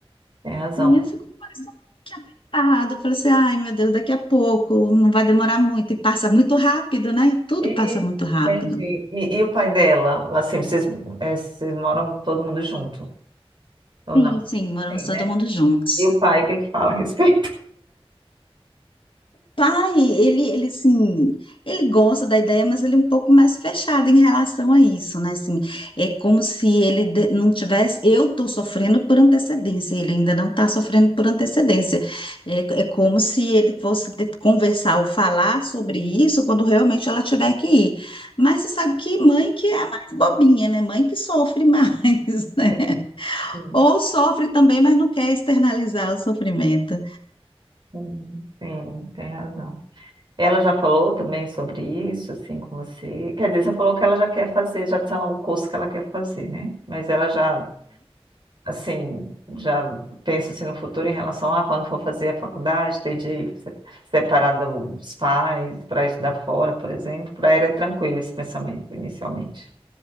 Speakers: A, on the right (about 50°); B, on the left (about 55°).
A: tem razão.
B: Aí eu fico parecendo que apertada. Eu falei assim, ai meu Deus, daqui a pouco, não vai demorar muito. E passa muito rápido, né? Tudo
A: E,
B: passa
A: e-
B: muito rápido.
A: entendi. E, e o pai dela? Assim, vocês, é, vocês moram todo mundo junto, ou
B: Sim,
A: não?
B: sim, moramos
A: Sim,
B: todo
A: né?
B: mundo juntos.
A: E o pai, o que é que fala a respeito?
B: pai, ele, ele, assim, ele gosta da ideia, mas ele é um pouco mais fechado em relação a isso, né? Assim, é como se ele de- não tivesse. Eu estou sofrendo por antecedência, ele ainda não está sofrendo por antecedência. É, é como se ele fosse de- conversar ou falar sobre isso quando realmente ela tiver que ir. Mas você sabe que mãe que é a mais bobinha, né? Mãe que sofre mais, <laughs> né?
A: Sim, sim,
B: Ou sofre também, mas não quer externalizar o sofrimento.
A: sim, sim, tem razão. Ela já falou também sobre isso, assim, com você? Quer dizer, você falou que ela já quer fazer, já tá o curso que ela quer fazer, né? Mas ela já assim, já penso assim no futuro em relação a quando for fazer a faculdade, ter de se- separar dos pais para estudar fora, por exemplo, para ela é tranquilo esse pensamento inicialmente.